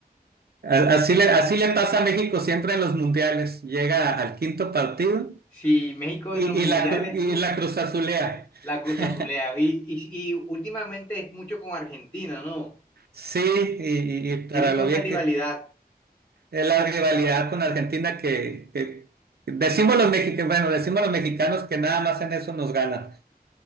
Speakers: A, on the right; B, on the left.
A: A-
B: Qué
A: Así
B: inter-
A: le, así le pasa a México siempre en los mundiales. Llega al quinto partido
B: Si México
A: y,
B: es los mundiales,
A: y la, cru- y la cruzazulea.
B: La Cruz
A: <laughs>
B: Azulea. Y, y, y últimamente es mucho con Argentina, ¿no?
A: Sí, y, y- y para
B: Tienen como
A: lo bien
B: esa rivalidad.
A: que es la rivalidad con Argentina que, que- decimos los mexicanos, bueno, decimos los mexicanos que nada más en eso nos ganan,